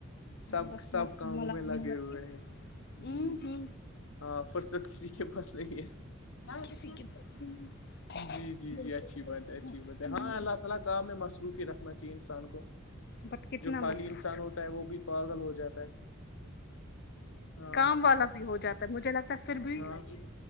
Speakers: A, on the left; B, on the left.
A: سب
B: بسمت
A: سب کاموں
B: <unintelligible> مل
A: میں لگے
B: م ہ
A: ہوئے ہیں جی
B: ہ
A: ہاں فرصت کسی کے پاس نہیں ہے
B: کسی کے پاس بھی نہیں
A: جی جی
B: بالکل
A: جی اچھی
B: صحیح
A: بات ہے اچھی بات ہے
B: ہمم
A: ہاں اللہ تعالی کام میں مصروف ہی رکھنا چاہ ہیے انسان کو
B: بٹ کتنا
A: جو خالی
B: مصروف
A: انسان ہوتا ہے وہ بھی پاگل ہو جاتا ہے ہاں
B: کام والا بھی ہو جاتا ہے مجھے لگتا ہے پھر بھی
A: ہاں